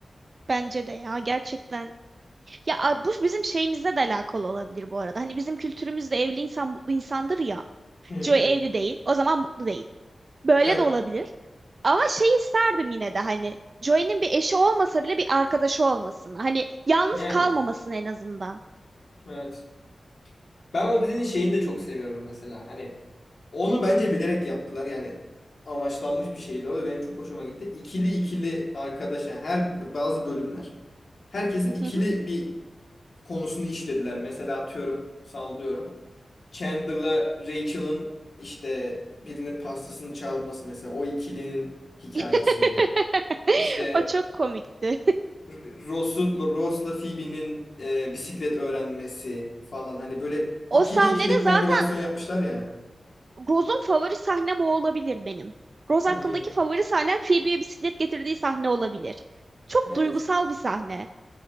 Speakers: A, on the right; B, on the left.
A: Bence de ya gerçekten. Ya a- bu bizim şeyimizle de alakalı olabilir bu arada. Hani bizim kültürümüzde evli insan mutlu insandır ya.
B: Hmm,
A: Joey evli değil. O zaman mutlu değil. Böyle
B: Evet.
A: de olabilir. Ama şey isterdim yine de hani Joey'nin bir eşi olmasa bile bir arkadaşı olmasını. Hani yalnız
B: Yani.
A: kalmamasını en azından.
B: Evet. Ben o dizinin şeyini de çok seviyorum mesela. Hani onu bence bilerek yaptılar. Yani amaçlanmış bir şeydi o ve benim çok hoşuma gitti. İkili ikili arkadaş yani her bazı bölümler herkesin ikili
A: Hı hı.
B: bir konusunu işlediler. Mesela atıyorum sallıyorum. Chandler'la Rachel'ın işte birinin pastasını çalması mesela o ikilinin hikayesiydi.
A: <laughs>
B: İşte
A: O çok komikti.
B: R- Ross'u, Ross'la Phoebe'nin e, bisiklet öğrenmesi falan hani böyle
A: O
B: ikili
A: sahnede
B: ikili kombinasyon
A: zaten
B: yapmışlar ya.
A: Rose'un favori sahnem o olabilir benim. Rose
B: Hmm,
A: hakkındaki favori sahnem Phoebe'ye bisiklet getirdiği sahne olabilir. Çok
B: evet,
A: duygusal bir sahne.